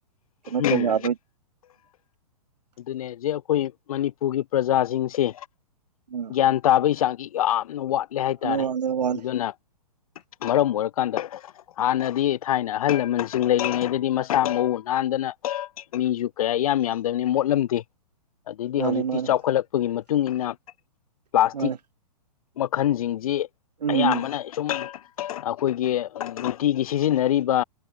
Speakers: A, on the right; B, on the left.
A: ꯀꯩꯅꯣ
B: ꯎꯝ
A: ꯇꯧꯕ ꯌꯥꯕ꯭ꯔꯥ
B: ꯑꯗꯨꯅꯦ ꯍꯧꯖꯤꯛ ꯑꯩꯈꯣꯏ ꯃꯅꯤꯄꯨꯔꯒꯤ ꯄ꯭ꯔꯥꯖꯥꯁꯤꯡꯁꯦ
A: ꯑꯥ
B: ꯒ꯭ꯌꯥꯟ ꯇꯥꯕꯒꯤ ꯆꯥꯡꯁꯤ ꯌꯥꯝꯅ ꯋꯥꯠꯂꯦ ꯍꯥꯏꯇꯥꯔꯦ
A: ꯋꯥꯠꯂꯦ ꯋꯥꯠꯂꯦ
B: ꯑꯗꯨꯅ ꯃꯔꯝ ꯑꯣꯏꯔꯀꯥꯟꯗ ꯍꯥꯟꯅꯗꯤ ꯊꯥꯏꯅ ꯑꯍꯜ ꯂꯃꯟꯁꯤꯡ ꯂꯩꯔꯤꯉꯩꯗꯗꯤ ꯃꯁꯥ ꯃꯎꯨ ꯅꯥꯟꯗꯥꯅ ꯃꯤꯁꯨ ꯀꯌꯥ ꯢꯌꯥꯝ ꯌꯥꯝꯗꯕꯅꯤ ꯃꯣꯠ ꯎꯠꯂꯝꯗꯦ ꯑꯗꯩꯗꯤ
A: ꯃꯥꯅꯦ
B: ꯍꯧꯖꯤꯛꯇꯤ
A: ꯃꯥꯅꯦ
B: ꯆꯥꯎꯈꯠꯂꯛꯄꯒꯤ ꯃꯇꯨꯡ ꯏꯟꯅ ꯄ꯭ꯂꯥꯁꯇꯤꯛ
A: ꯃꯥꯅꯦ
B: ꯃꯈꯜꯁꯤꯡꯁꯤ
A: ꯎꯝ
B: ꯑꯌꯥꯝꯕꯅ
A: ꯎꯝ
B: ꯁꯨꯝ ꯑꯩꯈꯣꯏꯒꯤ ꯅꯨꯡꯇꯤꯒꯤ ꯁꯤꯖꯤꯟꯅꯔꯤꯕ